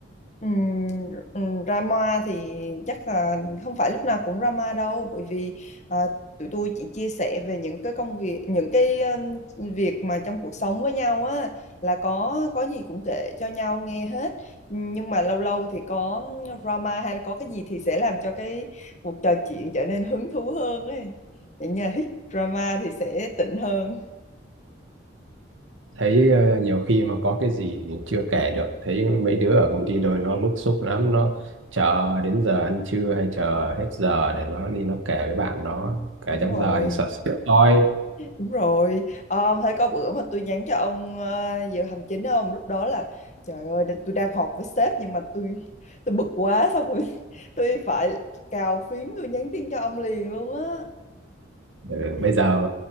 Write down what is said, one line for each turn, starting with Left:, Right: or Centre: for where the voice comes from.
Left: Ừm, ừm, drama thì chắc là không phải lúc nào cũng drama đâu bởi vì ờ, tụi tôi chỉ chia sẻ về những cái công việc những cái ừm, việc mà trong cuộc sống với nhau á là có có gì cũng kể cho nhau nghe hết Ừm, nhưng mà lâu lâu thì có drama hay là có cái gì thì sẽ làm cho cái cuộc trò chuyện trở nên hứng thú hơn ấy Vậy như là drama thì sẽ tịnh hơn
Right: Thấy ờ, nhiều khi mà có cái gì chưa kể được thấy mấy đứa ở công ty rồi nó bức xúc lắm nó chờ đến giờ ăn trưa hay chờ hết giờ để nó đi nó kể với bạn nó kể
Left: đúng
Right: trong
Left: rồi
Right: giờ thì sợ sẽ toi
Left: Đúng rồi, Ờ, thấy có bữa mà tôi nhắn cho ông ờ, giờ hành chính không? Lúc đó là trời ơi, đ- tôi đang họp với sếp nhưng mà tôi tôi bực quá xong rồi <laughs> tôi phải cào phím tôi nhắn tin cho ông liền luôn á.
Right: Ờ,
Left: Thì
Right: bây giờ